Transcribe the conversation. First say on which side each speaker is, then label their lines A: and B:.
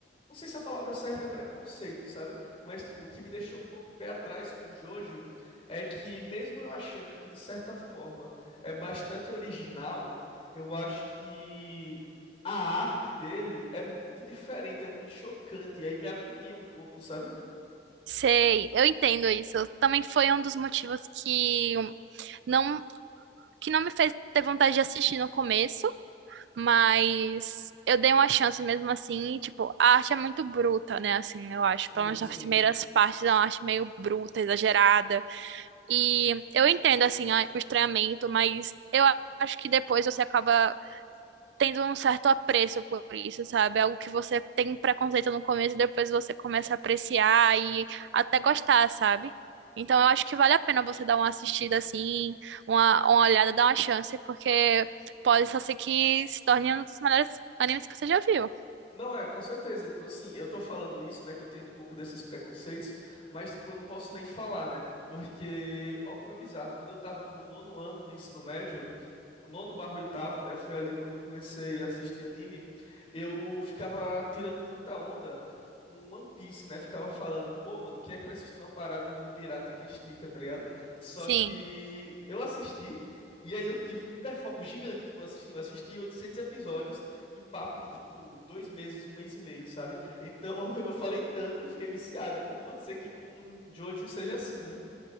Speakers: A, on the left (about 30°); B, on the right (about 75°).
A: Não sei se a palavra certa é preconceito, sabe? Mas, tipo, o que me deixou um pouco pé atrás com Jojo é que, mesmo eu achando que, de certa forma, é bastante original, eu acho que a arte dele é muito diferente, é muito chocante, e aí me agonia um pouco, sabe?
B: Sei, eu entendo isso. Também foi um dos motivos que não que não me fez ter vontade de assistir no começo, mas eu dei uma chance mesmo assim, e, tipo, a arte é muito bruta, né? Assim, eu acho,
A: Sim,
B: pelo menos
A: sim.
B: nas primeiras partes, é uma arte meio bruta, exagerada. E eu entendo, assim, a- o estranhamento, mas eu a- acho que depois você acaba tendo um certo apreço por isso, sabe? Algo que você tem preconceito no começo e depois você começa a apreciar e até gostar, sabe? Então eu acho que vale a pena você dar uma assistida assim, uma, uma olhada, dar uma chance, porque pode só ser que se torne um dos melhores animes que você já viu.
A: Não é, com certeza. Tipo assim, eu tô falando isso, né? Que eu tenho um pouco desses preconceitos, mas, tipo, eu não posso nem falar, né? Porque, ó, como é bizarro. Quando eu tava no nono ano do ensino médio, o nono barra oitavo, né? Foi ali quando eu comecei a assistir anime. Eu ficava tirando muita onda com One Piece, né? Ficava falando, pô, mano, quem é que vai assistir uma parada de um pirata que estica, tá ligado? Só
B: Sim.
A: que eu assisti e aí eu tive um hiperfoco gigante. Tipo, assim, eu assisti 800 episódios em papo de, tipo, dois meses, um mês e meio, sabe? Então <laughs> eu falei tanto e fiquei viciado. Então pode ser que com Jojo seja assim, né?